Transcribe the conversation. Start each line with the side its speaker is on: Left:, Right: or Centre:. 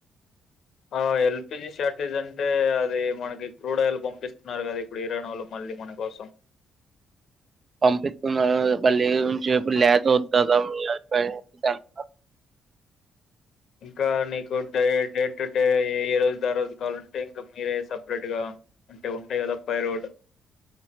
Left: ఆ ఎల్పిజి షార్టేజ్ అంటే అది మనకి క్రూడ్ ఆయిల్ పంపిస్తున్నారు కదా ఇప్పుడు ఇరానోళ్లు మళ్ళీ మన కోసం
Right: పంపిస్తున్నారు మల్లి నుంచి ఇపుడు లాస్వద్దా మీ అభిప్రాయం దాని మీద
Left: ఇంకా నీకు డే డే టు డే ఏ రోజు ద రోజు కావాలంటే ఇంకా మీరే సపరేట్ గా అంటే ఉంటాయి కదా పై రోడ్